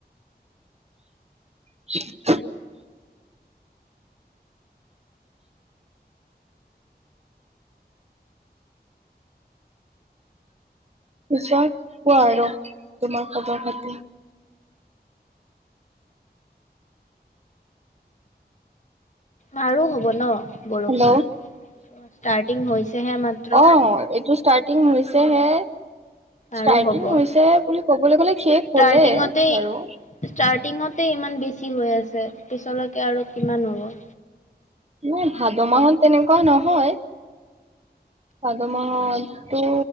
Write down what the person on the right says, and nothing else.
<unintelligible> পিছত কোৱা আৰু তোমাৰ খবৰ খাতি?
হেল্ল'
অ এইটো ষ্টাৰ্টিং হৈছেহে
ষ্টাৰ্টিং
হৈছে বুলি ক'বলৈ গ'লে শেষ
হ'লে বাৰু
নাই, ভাদ মাহত তেনেকুৱা নহয়। ভাদ মাহত তো